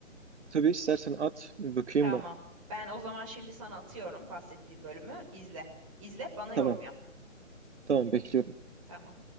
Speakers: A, on the right; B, on the right.
A: Tabii istersen at bir bakayım
B: Tamam.
A: ben.
B: Ben o zaman şimdi sana atıyorum bahsettiğim bölümü. İzle. İzle bana yorum
A: Tamam.
B: yap.
A: Tamam bekliyorum.
B: Tamam.